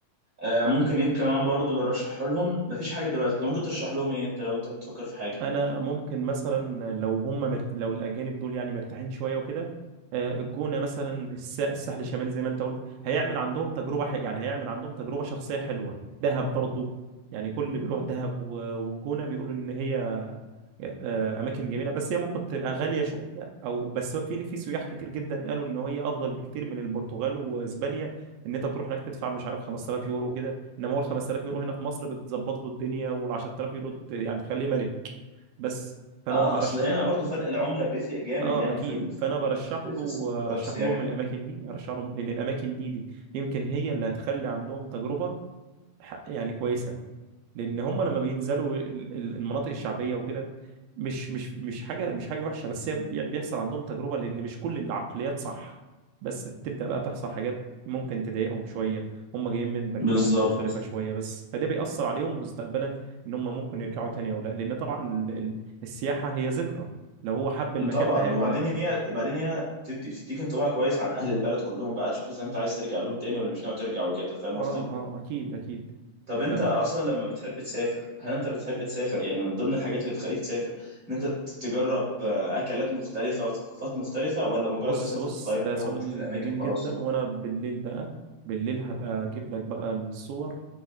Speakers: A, on the right (about 40°); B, on the right (about 80°).
A: آه، ممكن ايه كمان برضو اللي ارشحه لهم مفيش حاجه دلوقتي انت ممكن ترشح لهم ايه انت لو انت بتفكر في حاجه
B: انا ممكن مثلا لو هم مرت... لو الاجانب دول يعني مرتاحين شويه وكده آه، الجونه مثلا الس... الساحل الشمالي زي ما انت قلت هيعمل عندهم تجربه ح... يعني هيعمل عندهم تجربه شخصيه حلوه دهب برضو يعني كل اللي بيروح دهب و... والجونه بيقولوا ان هي آه، اماكن جميله بس هي ممكن تبقى غاليه شويه او بس في في سياح كتير جدا قالوا ان هي افضل بكتير من البرتغال واسبانيا ان انت بتروح هناك تدفع مش عارف 5000 يورو وكده انما هو ال 5000 يورو هنا في مصر بتظبط له الدنيا وال 10000 يورو ت- يعني تخليه ملك بس فانا
A: اه
B: هرش
A: اصل هنا برضو فرق العمله بيفرق جامد
B: اه
A: يعني
B: اكيد
A: في ال... في
B: فانا
A: ال...
B: برشح
A: في
B: له
A: في السوق
B: ارشح
A: السياحه
B: لهم الاماكن دي ارشح لهم لان الاماكن دي دي يمكن هي اللي هتخلي عندهم تجربه ح- يعني كويسه لان هم لما بينزلوا ال- ال- المناطق الشعبيه وكده مش مش مش حاجه مش حاجه وحشه بس هي بي- بيحصل عندهم تجربه لان مش كل العقليات صح بس بتبدا بقى تحصل حاجات ممكن تضايقهم شويه هم جايين من باك
A: بالظبط
B: جراوند مختلفه شويه بس فده بيأثر عليهم مستقبلا ان هم ممكن يرجعوا تاني او لا لان طبعا ال- ال- السياحه هي ذكرى لو هو حب المكان
A: طبعا
B: ده هي...
A: وبعدين هي بعدين هي بتدي بتديك انطباع كويس عن اهل البلد كلهم بقى تشوف اذا انت عايز ترجع لهم تاني ولا مش ناوي ترجع وكده فاهم
B: اه
A: قصدي
B: اه اكيد اكيد
A: طب انت
B: طب
A: اصلا لما بتحب تسافر هل انت بتحب تسافر يعني من ضمن الحاجات اللي بتخليك تسافر ان انت ت- تجرب آه، اكلات مختلفه وثقافات مختلفه ولا مجرد
B: بص
A: بس انت
B: بص
A: بتغير
B: ده
A: جو
B: سؤال
A: وتشوف الاماكن
B: جميل
A: وخلاص
B: جدا وانا بالليل بقى بالليل هبقى اجيب لك بقى الصور